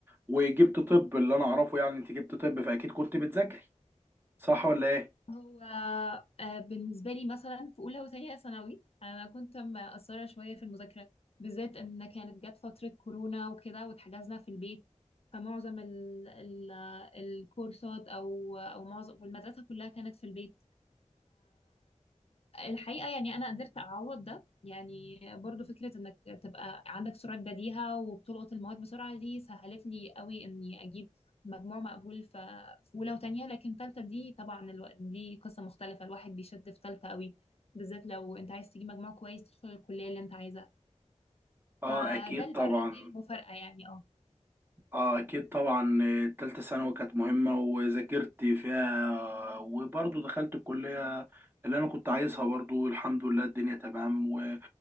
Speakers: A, on the right (about 15°); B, on the left (about 55°).
A: وجبت طب اللي انا اعرفه يعني انت جبت طب فاكيد كنت بتذاكري صح ولا ايه
B: هو آه، بالنسبة لي مثلا في أولى وثانية ثانوي أنا كنت مقصرة شوية في المذاكرة بالذات إن كانت جت فترة كورونا وكده واتحجزنا في البيت فمعظم ال ال الكورسات أو أو معظم والمدرسة كلها كانت في البيت الحقيقة يعني أنا قدرت أعوض ده يعني برضو فكرة إنك تبقى عندك سرعة بديهة وبتلقط المواد بسرعة دي سهلت لي قوي إني أجيب مجموع مقبول ف- في أولى وتانية لكن تالتة دي طبعا الو... دي قصة مختلفة الواحد بيشد في تالتة قوي بالذات لو أنت عايز تجيب مجموع كويس تدخل الكلية اللي أنت عايزها
A: اه
B: فده
A: اكيد
B: الفرق
A: طبعا
B: دي المفارقة يعني اه
A: اه اكيد طبعا آه، تالتة ثانوي كانت مهمة وذاكرت فيها وبرضو دخلت الكلية اللي انا كنت عايزها برضو الحمد لله الدنيا تمام و...